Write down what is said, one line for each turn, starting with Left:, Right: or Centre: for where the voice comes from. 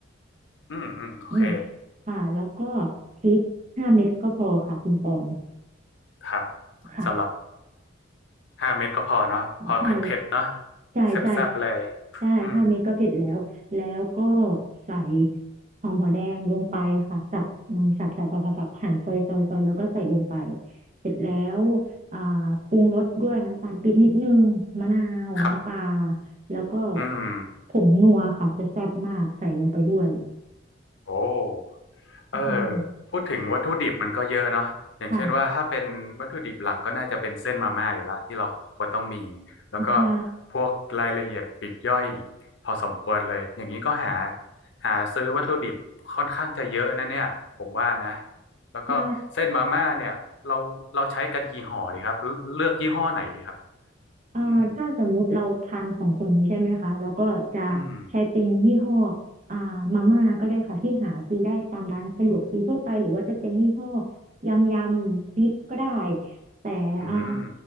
Left: อืม อืม โอเค
Right: อืมค่ะแล้วก็พริกห้าเม็ดก็พอค่ะคุณปอน
Left: ครับ
Right: ค่ะ
Left: สำหรับห้าเม็ดก็พอเนาะพอเผ็ดเผ็ดเนาะ
Right: ใช่ใช่ใช่
Left: แซ่บๆ เลย
Right: ใช่ห้าเม็ดก็เผ็ดแล้วแล้วก็
Left: อืม
Right: ใส่หอมหัวแดงลงไปค่ะสับอืมสับสับสับสับสับหั่นซอยซอยซอยแล้วก็ใส่ลงไปเสร็จแล้วอ่าปรุงรสด้วยน้ำตาลปี๊บนิดนึงมะนาวน้ำปลา
Left: ครับ
Right: แล้วก็
Left: อืม
Right: ผงนัวค่ะจะแซ่บมากใส่ลงไปด้วย
Left: โอ้ เออ
Right: อืม
Left: พูดถึงวัตถุดิบมันก็เยอะเนาะอย่างเช่นว่าถ้าเป็นวัตถุดิบหลักก็น่าจะเป็นเส้นมาม่าอยู่ละที่เราควรต้องมี
Right: ค่ะ
Left: แล้วก็
Right: ใช่
Left: พวกรายละเอียดปลีกย่อยอีกพอสมควรเลยอย่างนี้ก็หาหาซื้อวัตถุดิบค่อนข้างจะเยอะนะเนี่ยผมว่านะแล้วก็เส้นมาม่าเนี่ยเราเราใช้กันกี่ห่อดีครับเลือกยี่ห้อไหนดีครับ
Right: ใช่ อ่าถ้าสมมุติเราทานสองคนนี้ใช่ไหมคะแล้วก็จะ
Left: อืมอืม
Right: ใช้เป็นยี่ห้ออ่ามาม่าก็ได้ค่ะที่หาซื้อได้ตามร้านสะดวกซื้อทั่วไปหรือว่าจะเป็นยี่ห้อยำยำพริกก็ได้แต่อ่า
Left: อืม